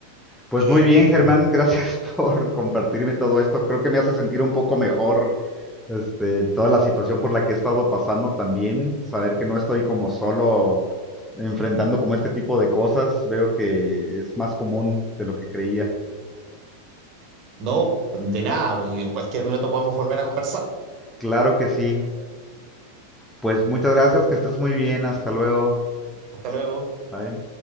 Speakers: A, in the centre; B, on the right.
A: Pues
B: Y
A: muy bien, Germán, gracias <laughs> por compartirme todo esto. Creo que me hace sentir un poco mejor, este, toda la situación por la que he estado pasando también. Saber que no estoy como solo enfrentando como este tipo de cosas. Veo que es más común de lo que creía.
B: no, de nada, pues y en cualquier minuto podemos volver a conversar.
A: Claro que sí. Pues muchas gracias, que estés muy bien. Hasta luego.
B: Hasta luego.
A: Bye.